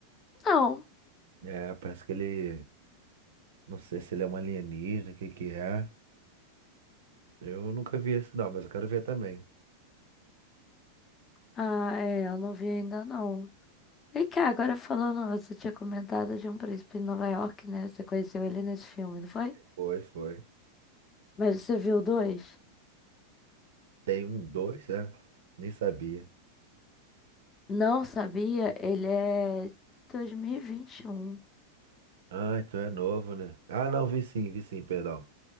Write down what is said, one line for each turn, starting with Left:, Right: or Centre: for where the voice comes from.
Left: Não.
Right: É, parece que ele. Não sei se ele é um alienígena, o que que é. Eu nunca vi esse não, mas eu quero ver também.
Left: Ah, é, eu não vi ainda, não. E cá, agora falando, você tinha comentado de um príncipe em Nova York, né? Você conheceu ele nesse filme, não foi?
Right: Foi, foi.
Left: Mas você viu o dois?
Right: Tem um dois, né? Nem sabia.
Left: Não sabia, ele é 2021.
Right: Ah, então é novo, né? Ah, não, vi sim, vi sim, perdão.